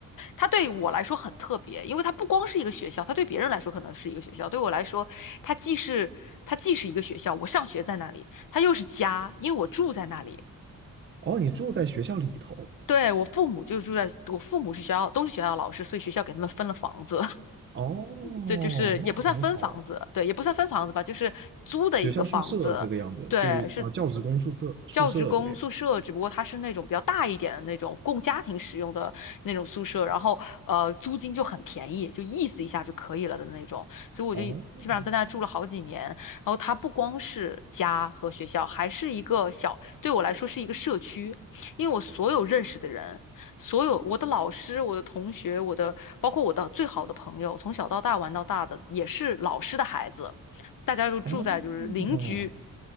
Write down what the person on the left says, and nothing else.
它对我来说很特别，因为它不光是一个学校，它对别人来说可能是一个学校，对我来说，它既是它既是一个学校，我上学在那里，它又是家，因为我住在那里。
对，我父母就是住在，我父母是学校，都是学校老师，所以学校给他们分了房子。
对，就是也不算分房子，
对，也不算分房子吧，就是租的一个房子，
对，
是教职工宿舍，只不过它是那种比较大一点的那种供家庭使用的那种宿舍，然后呃租金就很便宜，就意思一下就可以了的那种，所以我就基本上在那住了好几年。
然后它不光是家和学校，还是一个小，对我来说是一个社区，因为我所有认识的人。所有我的老师、我的同学、我的包括我的最好的朋友，从小到大玩到大的也是老师的孩子，大家都住在就是邻居，